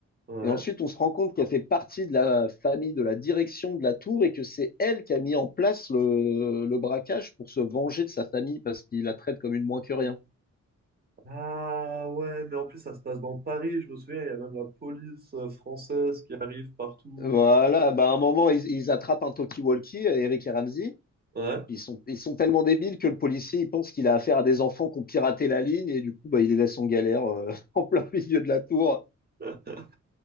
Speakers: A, on the right; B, on the left.
A: Ouais.
B: Et ensuite, on se rend compte qu'elle fait partie de la famille, de la direction de la tour et que c'est elle qui a mis en place le, le braquage pour se venger de sa famille parce qu'il la traite comme une moins que rien.
A: Ah ouais, mais en plus, ça se passe dans Paris. Je me souviens, il y a même la police euh, française qui arrive partout.
B: Voilà, bah à un moment, ils, ils attrapent un talkie-walkie, Eric et Ramsey.
A: Ouais.
B: Ils sont, ils sont tellement débiles que le policier, il pense qu'il a affaire à des enfants qui ont piraté la ligne et du coup, bah, il les laisse en galère euh, <laughs> en plein milieu de la tour.
A: <laughs>